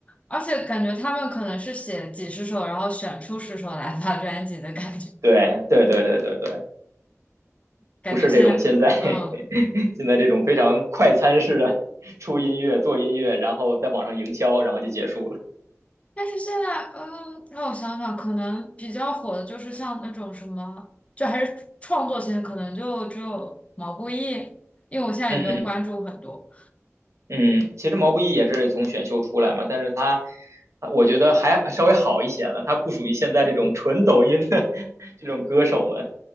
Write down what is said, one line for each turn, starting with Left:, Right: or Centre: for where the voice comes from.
Left: 而且感觉他们可能是写几十首，然后选出十首来发专辑的感觉，
Right: 对对对对对对，
Left: 感觉现在嗯
Right: 不是这种现在 <laughs> 现在这种非常快餐式的出音乐、做音乐，然后在网上营销，然后就结束了。
Left: 但是现在，嗯，让我想想，可能比较火的就是像那种什么，就还是创作型，可能就只有毛不易，因为我现在也没有关注很多。
Right: 嗯嗯，其实毛不易也是从选秀出来嘛，但是他我觉得还稍微好一些了，他不属于现在这种纯抖音的这种歌手们，